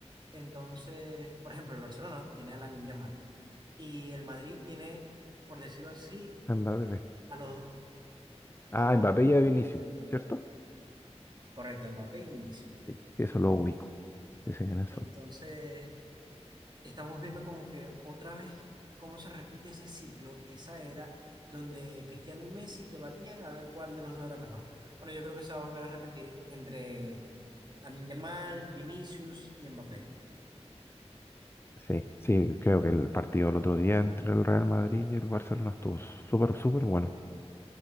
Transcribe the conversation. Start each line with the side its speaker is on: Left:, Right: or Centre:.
Right: Entonces, por ejemplo, el Barcelona tiene a Lamine Yamal y el Madrid tiene, por decirlo así,
Left: a Mbappé.
Right: a los,
Left: Ah,
Right: a los dos
Left: Mbappé
Right: mejores
Left: y a
Right: jugadores
Left: Vinicius,
Right: del mundo.
Left: ¿cierto?
Right: Correcto, Mbappé y Vinicius.
Left: Sí, sí, eso lo ubico. Sí, sé quiénes
Right: Entonces,
Left: son.
Right: estamos viendo como que otra vez cómo se repite ese ciclo, esa era donde Cristiano y Messi debatían a ver cuál de los dos era mejor. Bueno, yo creo que se va a volver a repetir entre Lamine Yamal, Vinicius y Mbappé.
Left: Sí, sí, creo que el partido el otro día entre el Real Madrid y el Barcelona estuvo súper, súper bueno.